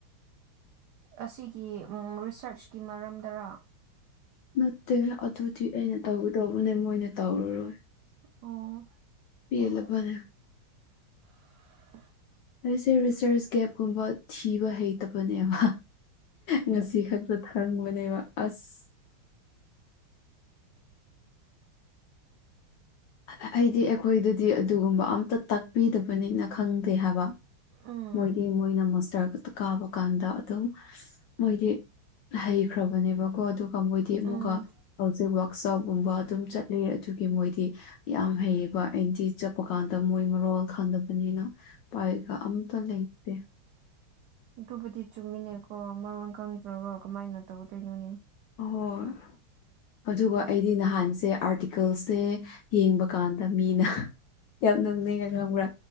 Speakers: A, on the right; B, on the left.
A: ꯑꯁꯤꯒꯤ ꯔꯤꯁꯔꯁꯀꯤ ꯃꯔꯝꯗꯔ
B: ꯅꯠꯇꯦ ꯑꯗꯨꯗꯤ ꯑꯩꯅ ꯇꯧꯒꯗꯧꯕꯅꯦ ꯃꯣꯏꯅ ꯇꯧꯔꯨꯔꯣꯏ
A: ꯑꯣ
B: ꯄ ꯂꯕꯅꯦ
A: <inaudible>
B: ꯑꯩꯁꯦ ꯔꯤꯁꯔꯁ ꯒꯦꯞꯀꯨꯝꯕ ꯊꯤꯕ ꯍꯩꯇꯕꯅꯦꯕ ꯉꯁꯤ ꯈꯛꯇꯗ ꯈꯪꯕꯅꯦꯕ ꯑꯁ ꯑꯩꯗꯤ ꯑꯩꯈꯣꯏꯗꯗꯤ ꯑꯗꯨꯒꯨꯝꯕ ꯑꯝꯇ ꯇꯥꯛꯄꯤꯗꯕꯅꯤꯅ ꯈꯪꯗꯦ ꯍꯥꯏꯕ
A: ꯎꯝ
B: ꯃꯣꯏꯗꯤꯦ ꯃꯣꯏꯅ ꯃꯃꯁ ꯍꯥꯏꯒꯣ ꯀꯥꯕ ꯀꯥꯟꯗ ꯑꯗꯨꯝ ꯃꯣꯏꯗꯤ ꯍꯩꯈ꯭ꯔꯕꯅꯦꯕ ꯀꯣ ꯑꯗꯨꯒ ꯃꯣꯏꯗꯤ ꯑꯃꯨꯛꯀ
A: ꯎꯝ
B: ꯍꯧꯖꯤꯛ ꯋꯛꯁꯣꯞꯀꯨꯝꯕ ꯑꯗꯨꯝ ꯆꯠꯂꯤ ꯑꯗꯨꯒꯤ ꯃꯣꯏꯗꯤ ꯌꯥꯝ ꯍꯩꯌꯦꯕ ꯑꯩꯗꯤ ꯆꯠꯄ ꯀꯥꯟꯗ ꯃꯣꯏ ꯃꯔꯣꯜ ꯈꯪꯗꯕꯅꯤꯅ ꯄꯥꯏꯒ ꯑꯝꯇ ꯂꯩꯇꯦ
A: ꯑꯗꯨꯕꯨꯗꯤ ꯆꯨꯝꯃꯤꯅꯦꯀꯣ ꯃꯔꯣꯟ ꯈꯪꯗ꯭ꯔꯒ ꯀꯃꯥꯏꯅ ꯇꯧꯗꯣꯏꯅꯣꯅꯦ
B: ꯍ ꯑꯗꯨꯒ ꯑꯩꯗꯤ ꯅꯍꯥꯟꯁꯦ ꯑꯥꯔꯇꯤꯀꯜꯁꯦ ꯌꯦꯡꯕꯀꯥꯟꯗ ꯃꯤꯅ ꯌꯥꯝ ꯅꯨꯡꯅꯤꯡꯅ ꯈꯪꯕ꯭ꯔꯥ